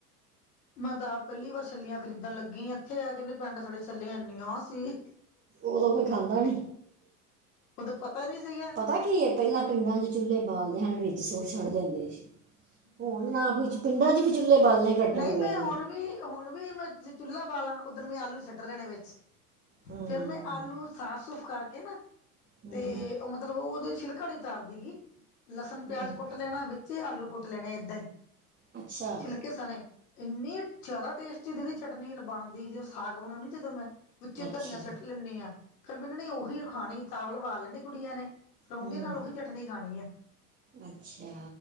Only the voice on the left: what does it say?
ਮੈਂ ਤਾਂ ਆਪ ਪਹਿਲੀ ਵਾਰ ਛੱਲੀਆਂ ਖਰੀਦਣ ਲੱਗੀ ਇੱਥੇ ਆ ਕੇ ਪਿੰਡ ਸਾਡੇ ਛੱਲੀਆਂ ਇੰਨੀਆਂ ਸੀ।
ਉਦੋਂ ਪਤਾ ਨੀ ਸੀਗਾ।
ਨਈ
ਮੈਂ
ਹੁਣ ਵੀ ਹੁਣ ਵੀ ਮੈਂ ਚੁੱਲ੍ਹਾ ਬਾਲਾ ਉਧਣ ਮ ਆਲੂ ਸੁੱਟ ਲੈਣੇ ਵਿੱਚ
ਫੇਰ ਮੈਂ ਆਲੂ ਸਾਫ਼ ਸੁਫ਼ ਕਰਕੇ ਨਾ
ਤੇ ਮਤਲਬ ਉਹਦੇ ਛਿਲਕਾ ਨੀ ਤਾਰਦੀ ਗੀ। ਲਸਣ ਪਿਆਜ
ਕੁੱਟ ਲੈਣਾ ਵਿਚੇ ਈ ਆਲੂ ਕੁੱਟ ਲੈਣੇ ਏਦਾਂ ਈ।
ਛੀਲਕੇ ਸਣੇ ਏਨੀ ਜ਼ਿਆਦਾ ਟੇਸਟੀ ਦੀਦੀ ਚਟਨੀ ਬਣਦੀ ਜ ਸਾਗ ਬਣਾਨੀ ਜਦੋਂ ਮੈਂ ਵਿੱਚੇ
ਧਨੀਆ ਸੀਟ ਲੈਨੀ ਆ ਫੇਰ ਇਹਨਾਂ ਨੇ ਉਹੀ ਖਾਣੀ ਚਾਵਲ ਵਾਲ ਲੈਣੇ ਕੁੜੀਆਂ ਨੇ ਰੋਂਦੇ
ਨਾਲ ਉਹੀ ਚਟਨੀ ਖਾਣੀ ਐ।